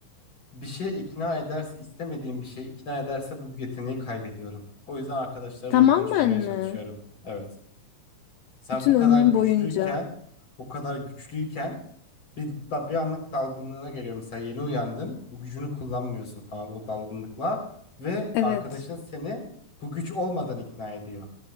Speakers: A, on the left (about 30°); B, on the left (about 75°).
A: bir şeye ikna ederse, istemediğim bir şeye ikna ederse bu yeteneği kaybediyorum. O yüzden arkadaşlarımla
B: Tamamen
A: konuşmamaya çalışıyorum.
B: mi?
A: Evet. Sen
B: Bütün
A: bu kadar
B: ömrüm
A: güçlüyken,
B: boyunca.
A: bu kadar güçlüyken Bir, da bir anlık dalgınlığına geliyor. Mesela yeni uyandın. Bu gücünü kullanmıyorsun falan o dalgınlıkla. Ve
B: Evet.
A: arkadaşın seni bu güç olmadan ikna ediyor.